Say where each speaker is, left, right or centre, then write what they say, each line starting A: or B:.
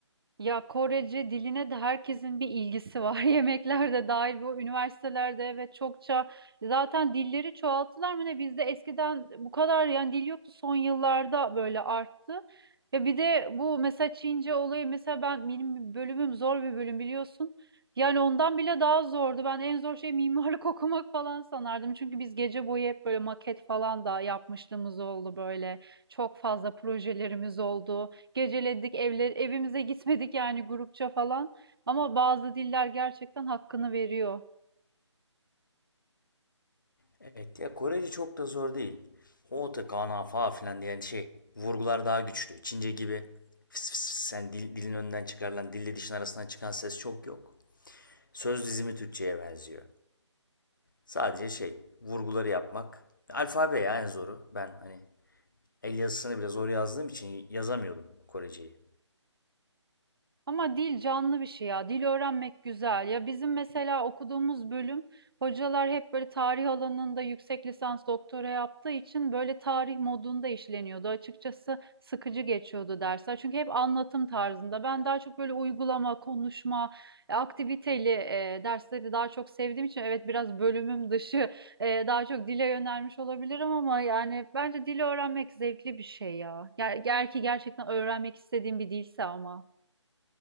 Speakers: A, on the right; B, on the left.
A: Ya Korece diline de herkesin bir ilgisi var. <laughs> Yemekler de dahil bu üniversitelerde evet çokça zaten dilleri çoğalttılar mı ne bizde eskiden bu kadar yani dil yoktu son yıllarda böyle arttı. Ya bir de bu mesela Çince olayı mesela ben benim bölümüm zor bir bölüm biliyorsun. Yani ondan bile daha zordu. Ben en zor şey mimarlık <laughs> okumak falan sanardım. Çünkü biz gece boyu hep böyle maket falan da yapmışlığımız oldu böyle. Çok fazla projelerimiz oldu. Geceledik, evler, evimize gitmedik yani grupça falan. Ama bazı diller gerçekten hakkını veriyor.
B: Evet ya Korece çok da zor değil. Hote, kana, fa filan diyen şey vurgular daha güçlü. Çince gibi fıs fıs fıs yani dil- dilin önünden çıkarılan dille dişin arasından çıkan ses çok yok. Söz dizimi Türkçe'ye benziyor. Sadece şey vurguları yapmak. Alfabe ya en zoru. Ben hani el yazısını bile zor yazdığım için yazamıyordum Koreceyi.
A: Ama dil canlı bir şey ya. Dil öğrenmek güzel. Ya bizim mesela okuduğumuz bölüm hocalar hep böyle tarih alanında yüksek lisans doktora yaptığı için böyle tarih modunda işleniyordu. Açıkçası sıkıcı geçiyordu dersler. Çünkü hep anlatım tarzında. Ben daha çok böyle uygulama, konuşma, e, aktiviteli e, dersleri daha çok sevdiğim için evet biraz bölümüm dışı e, daha çok dile yönelmiş olabilirim ama yani bence dil öğrenmek zevkli bir şey ya. Ger- Eğer ki gerçekten öğrenmek istediğim bir dilse ama.